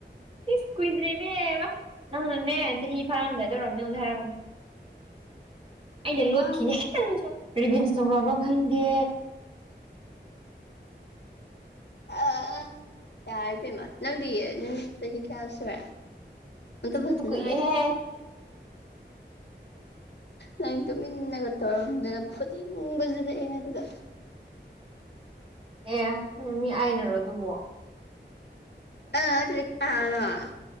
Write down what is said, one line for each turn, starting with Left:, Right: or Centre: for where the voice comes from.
Right: ꯏꯁ ꯀꯨꯣꯏꯗ꯭ꯔꯦꯅꯦꯕ ꯅꯪꯅꯅꯦ ꯆꯍꯤ ꯐꯥꯔꯝꯗꯥꯏꯗ ꯑꫭꯏꯔꯝꯒꯅꯤ ꯑꯩꯉꫭꯟꯗ ꯍꯥꯏꯔꯛꯄꯗꯨ ꯑꯩꯅ
Left: ꯃꯃꯥꯡ
Right: ꯂꯣꯠꯈꯤꯅꯦ ꯍꯦꯛꯇ ꯅꯪꯁꯨ ꯔꯤꯚꯦꯟꯁ ꯇꯧꯔꯛꯑꯕ ꯈꯪꯗꯦ
Left: ꯑꯥ ꯌꯥꯔꯦꯕꯦꯝꯃ ꯅꯪꯗꯤ ꯅꯪꯗꯤ ꯆꯍꯤ ꯀꯌꯥ ꯁꯨꯔꯦ ꯑꯗꯨ
Right: ꯆꯠꯄꯗꯤ
Left: ꯐꯖꯅ
Right: ꯀꯨꯏꯔꯦꯍꯦ
Left: ꯍꯥꯏꯌꯨ ꯅꯪ ꯇꯨꯃꯤꯟꯅꯒ ꯇꯧꯔꯝꯗꯅ ꯐꯨꯅꯤꯡꯕꯁꯤꯗꯤ ꯑꯩꯅ ꯑꯗꯨꯗ
Right: ꯑꯦ ꯃꯤ ꯑꯥꯏꯅꯔꯣ ꯑꯗꯨꯕꯣ
Left: ꯑ ꯗꯨꯗꯤ ꯀꯅꯥꯅꯅꫭ